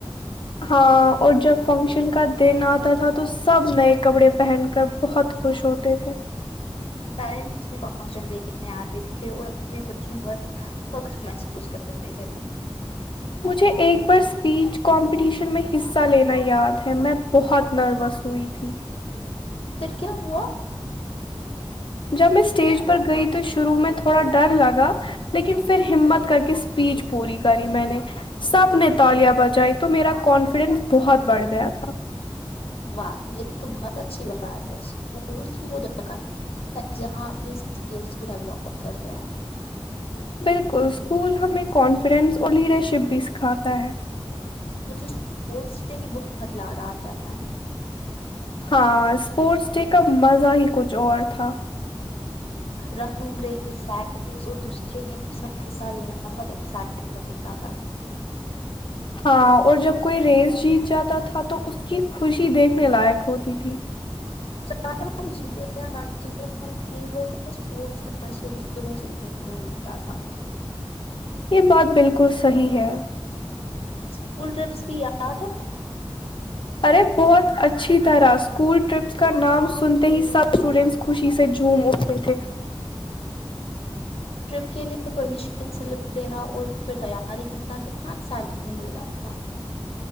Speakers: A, on the left; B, on the left.
A: ہاں اور جب فنکشن کا دن آتا تھا تو سب نئے کپڑے پہن کر بہت خوش ہوتے تھے
B: پیرنٹس فنکشن دیکھنے آتے تھے اور اپنے بچوں پر فخر محسوس کرتے تھے
A: مجھے ایک بار اسپیچ کمپٹیشن میں حصہ لینا یاد ہے میں بہت نروس ہوئی تھی
B: پھر کیا ہوا
A: جب میں اسٹیج پر گئی تو شروع میں تھوڑا ڈر لگا لیکن پھر ہمت کر کے اسپیچ پوری کری میں نے سب نے تالیاں بجائی تو میرا کانفیڈینس بہت بڑھ گیا تھا
B: واہ یہ تو بہت اچھی بات ہے اسکول ہی وہ جگہ ہے جہاں اپنی اسکلس کو ڈیولپ کرتے ہیں
A: بالکل اسکول ہمیں کانفیڈینس اور لیڈر شپ بھی سکھاتا ہے
B: مجھے اسپورٹس ڈے بھی بہت یاد آتا ہے
A: ہاں اسپورٹس ڈے کا مزہ ہی کچھ اور تھا
B: رننگ ریس سیک ریس اور دوسرے گیمز میں حصہ لینا بہت ایکسائٹنگ لگتا تھا
A: ہاں اور جب کوئی ریس جیت جاتا تھا تو اس کی خوشی دیکھنے لائق ہوتی تھی
B: چاہے وہ ہم جیتے یا نہ جیتے ہم ٹیم ورک اور اسپورٹس مین شپ ضرور سیکھنے کو ملتا تھا
A: یہ بات بالکل صحی ہے
B: اسکول ٹرپس بھی یا ہے
A: ارے بہت اچھی طرح اسکول ٹرپس کا نام سنتے ہی سب اسٹوڈینٹس خوشی سے جوم ہوتے تھے
B: ٹرپ کےلئے پرمیشن سلپ لینا اور پھر تیاری کرنا کتنا ایکسائٹنگ ہوتا تھا